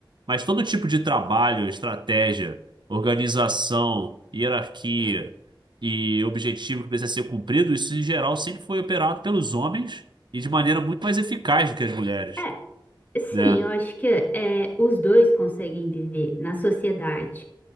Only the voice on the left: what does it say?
É, sim,
eu acho que é, os dois conseguem viver na sociedade